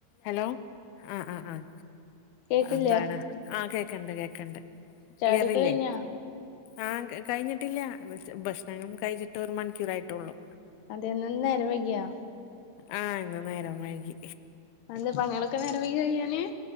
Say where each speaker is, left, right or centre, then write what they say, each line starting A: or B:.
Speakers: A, on the left; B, on the left.
A: ഹലോ ആഹ് ആഹ് ആഹ്
B: കേക്കില്ലേ
A: എന്താണ് ആഹ് കേക്കണ്ട് കേൾക്കണ്ട്
B: ചായുടിയൊക്കെ
A: ക്ലിയർ ഇല്ലേ
B: കഴിഞ്ഞാ
A: ആഹ് കഴിഞ്ഞിട്ടില്ല ഭക്ഷണം കഴിച്ചിട്ട് ഒരു മണിക്കൂർ ആയിട്ടുള്ളൂ
B: അത് തന്നെ ഇന്ന് നേരം വൈകിയൊ
A: ആഹ് ഇന്ന് നേരം വൈകി
B: നിന്റെ പണികളൊക്കെ നേരം വൈകുമോ കഴിയാന്